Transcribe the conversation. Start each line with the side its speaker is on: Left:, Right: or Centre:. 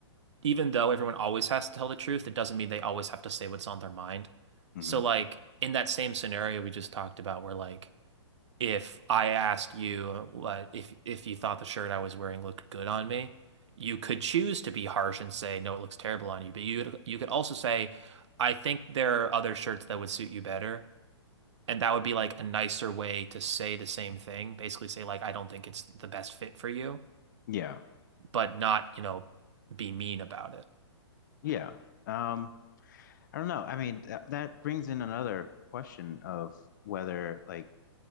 Right: even though everyone always has to tell the truth, it doesn't mean they always have to say what's on their mind.
Left: hmm
Right: So, like, in that same scenario we just talked about, where like, if I asked you what if if you thought the shirt I was wearing looked good on me, you could choose to be harsh and say, no, it looks terrible on you. But you you could also say, I think there are other shirts that would suit you better. And that would be like a nicer way to say the same thing. Basically say like, I don't think it's the best fit for you,
Left: Yeah.
Right: but not, you know, be mean about it.
Left: Yeah. Um I don't know. I mean, th that brings in another question of whether like